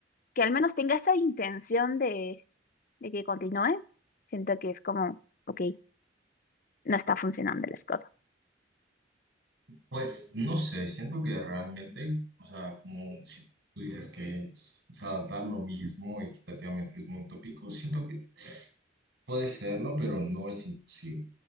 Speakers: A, on the left (about 50°); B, on the right (about 85°).
A: que al menos tenga esa intención de, de que continúe, siento que es como, ok, no está funcionando las cosas.
B: Pues no sé, siento que realmente, o sea, como si tú dices que es- o sea, dar lo mismo equitativamente es muy utópico, siento que puede serlo, pero no es imposible.